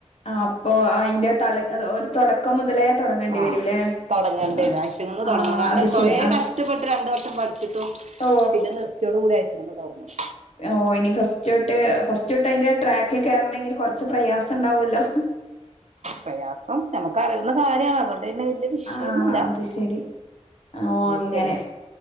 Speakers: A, on the left; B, on the right.
A: ആഹ് അപ്പൊ അയിന്റെ തല ഒരു തൊടക്കം മുതലേ തൊടങ്ങെണ്ടി
B: ആ
A: വരൂല്ലേ
B: തൊടങ്ങേണ്ടി
A: ആ
B: വരും അശെനിന്ന്
A: ആ
B: തൊടങ്ങണം കാരണം
A: അത്
B: കൊറേ
A: ശരി ആ
B: കഷ് - ടപ്പെട്ട് രണ്ടു വർഷം പഠിച്ചിട്ടും
A: ഓ
B: പിന്നെ നൃത്തിയോട് കൂടി അയച്ചിടന്ന് തൊടങ്ങണം
A: ഓഹ് ഇനി ഫസ്റ്റ് തൊട്ട് ഫസ്റ്റ് തൊട്ട് അതിന്റെ ട്രാക്കിൽ കേറണെങ്കിൽ കൊറച്ച് പ്രയാസം ഉണ്ടാവല്ലോ
B: പ്രയാസം നമുക്കറിയുന്ന കാര്യണ അതുകൊണ്ട് വല്ല്യ വിഷയന്നല്ല
A: ആ അത് ശരി ഓ
B: പി
A: അങ്ങനെ
B: എസ് സി അല്ലേ